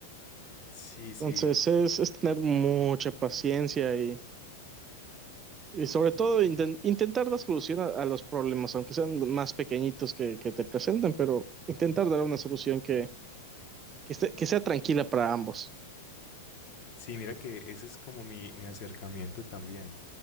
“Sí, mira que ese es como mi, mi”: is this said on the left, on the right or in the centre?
Left